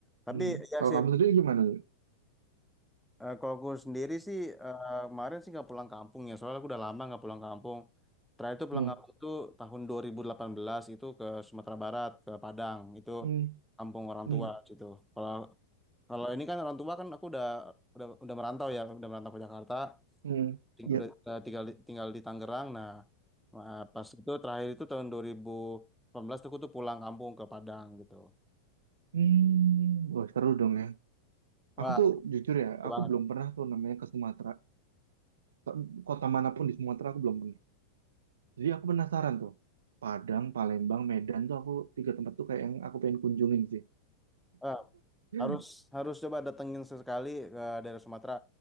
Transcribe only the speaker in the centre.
Tapi
ya
sih,
eh, kalau aku sendiri sih, eh, kemarin sih nggak pulang kampung ya. Soalnya aku udah lama nggak pulang kampung. Terakhir itu pulang
kampung itu tahun 2018 itu ke Sumatera Barat, ke Padang. Itu
kampung orang
tua gitu. Kalau kalau ini kan orang tua kan aku udah udah udah merantau ya, udah merantau ke Jakarta.
Ting-
udah udah tinggal di- tinggal di Tangerang. Nah, ma- pas itu terakhir itu tahun dua ribu delapan belas tuh aku tuh pulang kampung ke Padang gitu.
Wah,
seru
banget.
Eh,
harus harus coba datengin sesekali ke daerah Sumatera.